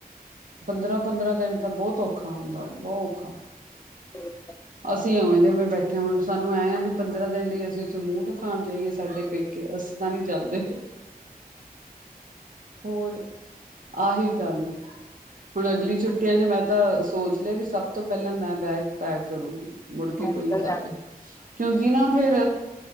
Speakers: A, on the right; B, on the left.
A: ਪੰਦਰਾਂ ਪੰਦਰਾਂ ਦਿਨ ਤਾਂ ਬਹੁਤ ਔਖਾ ਹੁੰਦਾ, ਬਹੁਤ ਔਖਾ।
B: <unintelligible>
A: ਅਸੀਂ ਉਵੇਂ ਦੇ ਉਵੇਂ ਬੈਠੇ, ਹੁਣ ਸਾਨੂੰ ਐ ਆ ਵੀ ਪੰਦਰਾਂ ਦਿਨ ਲਈ ਅਸੀਂ ਉੱਥੇ ਮੂੰਹ ਦਿਖਾਉਣ ਜਾਈਏ ਸਾਡੇ ਪੇ ਕੇ ਅਸੀ ਤਾਂ ਨਹੀਂ ਜਾਂਦੇ। ਹੋਰ ਆਹੀ ਗੱਲ। ਹੁਣ ਅਗਲੀ ਛੁੱਟੀਆਂ ਚ ਮੈਂ ਤਾਂ ਸੋਚ ਲਿਆ ਵੀ ਸਭ ਤੋਂ ਪਹਿਲਾਂ ਮੈਂ ਬੈਗ ਪੈਕ ਕਰੂੰਗੀ। ਮੁੜ ਕੇ
B: ਮੈਂ
A: ਕੋਈ
B: ਨਿਕਲ ਜਾਣਾ
A: ਆਵੇ। ਕਿਉਂਕਿ ਨਾ ਫੇਰ,